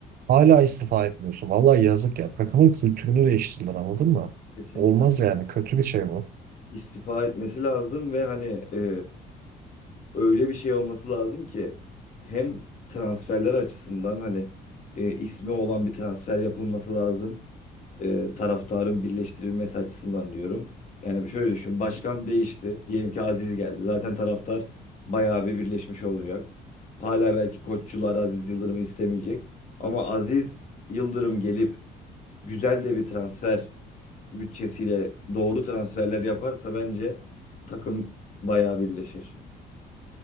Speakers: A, on the right (about 60°); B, on the left (about 50°).
A: Hala istifa etmiyorsun. Vallahi yazık ya. Takımın kültürünü değiştirdiler anladın mı?
B: Kesinlikle
A: Olmaz yani. Kötü bir şey bu.
B: istifa etmesi lazım ve hani e, öyle bir şey olması lazım ki hem transferler açısından hani e, ismi olan bir transfer yapılması lazım. E, taraftarın birleştirilmesi açısından diyorum. Yani şöyle düşün, başkan değişti. Diyelim ki Aziz geldi. Zaten taraftar bayağı bir birleşmiş olacak. Hala belki koççular Aziz Yıldırım'ı istemeyecek. Ama Aziz Yıldırım gelip güzel de bir transfer bütçesiyle doğru transferler yaparsa bence takım bayağı birleşir.